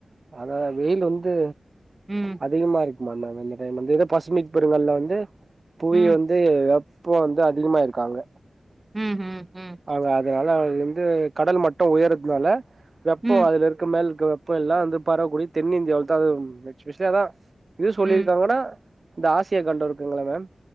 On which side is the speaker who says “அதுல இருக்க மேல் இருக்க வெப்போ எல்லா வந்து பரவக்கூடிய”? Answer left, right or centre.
Right